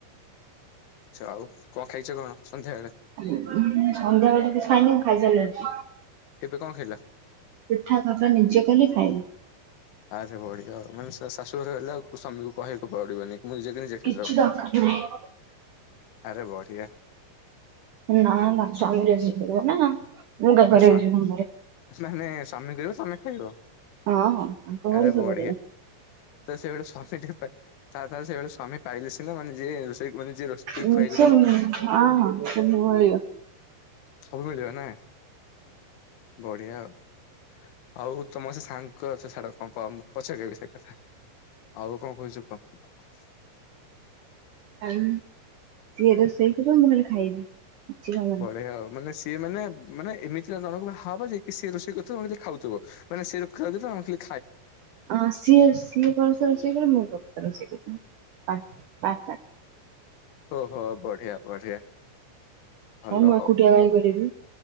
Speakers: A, on the left; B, on the right.
A: ଛ ଆଉ କଣ ଖାଇଛ କଣ ସନ୍ଧ୍ୟାବେଳେ?
B: ସନ୍ଧ୍ୟାବେଳେ କିଛି ଖାଇନି ମୁଁ ଖାଇସାରିଲିନି।
A: ଏବେ କଣ ଖାଇଲ।
B: ମିିଠା ତରକାରୀ ନିଜେ କଲି ଖାଇଲି।
A: ଆ ଜେ ବଢ଼ିଆ ଆଉ ମାନେ ଶା ଶାଶୁଘରେ ହେଲେ ଆଉ କୋଉ ସ୍ୱାମୀ କୁ କହିବାକୁ ପଡିବନି ମୁଁ ନିଜକୁ ନିଜେ
B: କିଛି
A: ଖାଇଦବ।
B: ଦରକାର ନାହିଁ
A: ଆରେ ବଢିଆ।
B: ନା ନା ସ୍ୱାମୀ ରୋଷେଇ କରିବ ନା। ମୁଁ କାଇଁ
A: ମାନେ
B: କରିବାକୁ
A: ସ୍ବା
B: ଯିବି ତାଙ୍କ ଘରେ
A: ମାନେ ସ୍ୱାମୀ କହିବ ସ୍ୱାମୀ ଖାଇବ
B: ହଁ ହଁ ତାଙ୍କ ଘରେ
A: ଆରେ
B: ସେ
A: ବଢିଆ
B: କରିବେ।
A: ତ ସେଇଭଳି ସ୍ବାମୀ ଟେ ପା ତାହାଲେ ତାହେଲେ ସେଇଭଳି ସ୍ବାମୀ ପାଇଲେ ସିନା ମାନେ ଯିଏ ରୋଷେଇ ମାନେ ଯିଏ ରୋଷେଇ
B: ଉ
A: ଖୁଆଇକି
B: ସେ
A: ଦବ
B: ହଁ ହଁ ସବୁ ମିଳିବ।
A: ସବୁ ମିଳିବ ନା। ବଢିଆ ଆଉ। ଆଉ ତମ ସେ ସାଙ୍ଗ ସେ ସାଙ୍ଗ କ କ କଣ ପଛରେ କହିବି ସେ କଥା ଆଉ କଣ କହୁଛ କହ।
B: <inaudible> ସେ ରୋଷଇ କରିବ ମୁଁ ଖାଲି ଖା ଖାଇବି। କିଛି କାମନାହିଁ।
A: ବଢେଇ ଆଉ ମାନେ ସିଏ ମାନେ ମାନେ ଏମି ତି ଜଣ କୁ ବାହା ହବ ଯେ କି ସେ ରୋଷେଇ କରୁଥିବ ମୁଁ ଖା ଖାଉଥିବ ମାନେ ସେ <unintelligible> ତମେ ଖାଲି
B: ଆ ସିଏ ସିଏ ପରସ୍ତେ ରୋଷେଇ କରିବ ମୁ ପ ରୋଷେଇ କରିବି <inaudible>
A: ଓ ହୋ ବଢିଆ ବଢିଆ। ଭଲ
B: ହଁ ମୁଁ ଏକୁଟିଆ
A: ଆଉ।
B: କାଇଁ କରିବି।